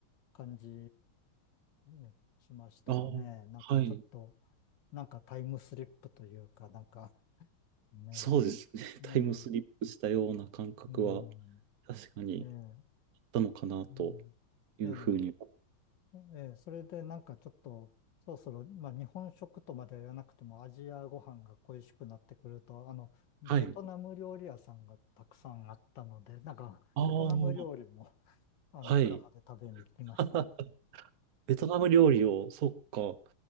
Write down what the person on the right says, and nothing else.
ああ、
はい。
そうですね。<laughs>
タイムスリップしたような感覚は
確かに
あったのかなと
いうふうに。
はい。
ああ、
はい。
<laughs> ベトナム料理を、そっか、